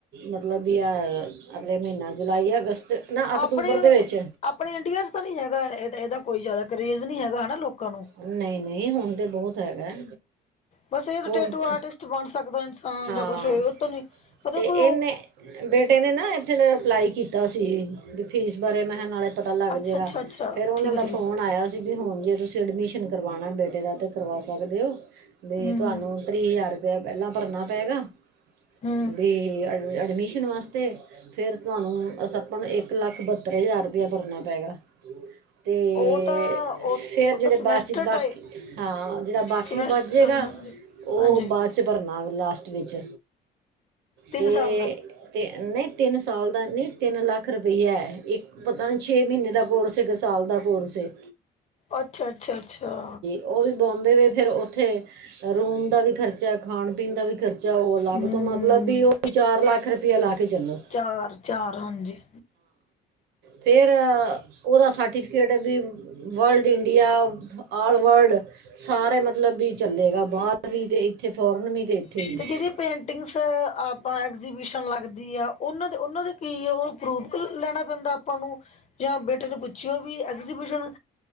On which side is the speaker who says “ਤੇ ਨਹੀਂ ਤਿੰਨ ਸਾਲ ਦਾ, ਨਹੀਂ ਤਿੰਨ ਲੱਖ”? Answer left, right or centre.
Right